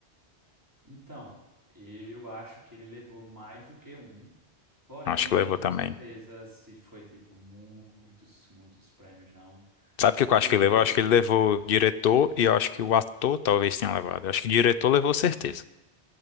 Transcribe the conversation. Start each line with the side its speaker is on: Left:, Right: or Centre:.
Right: Então, eu acho que ele levou mais do que um, porém
Left: Acho
Right: eu
Left: que
Right: não
Left: levou
Right: tenho
Left: também.
Right: certeza se foi tipo muitos, muitos prêmios, não.
Left: Sabe o que
Right: Eu
Left: eu acho
Right: lembro,
Left: que ele levou? Eu acho que ele levou o diretor e eu acho que o ator talvez tenha levado. Eu acho que o diretor levou certeza.